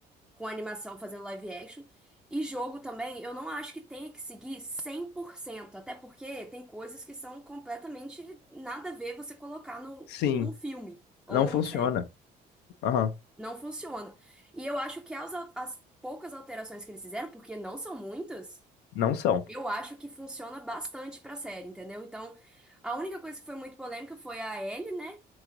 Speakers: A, in the centre; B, on the left.
A: com animação fazendo live action. E jogo também, eu não acho que tenha que seguir 100% até porque tem coisas que são completamente nada a ver você colocar no,
B: Sim,
A: num filme ou
B: não
A: numa
B: funciona.
A: série.
B: Aham.
A: Não funciona. E eu acho que as, as poucas alterações que eles fizeram, porque não são muitas.
B: Não são.
A: Eu acho que funciona bastante pra série, entendeu? Então, a única coisa que foi muito polêmica foi a Ellie, né?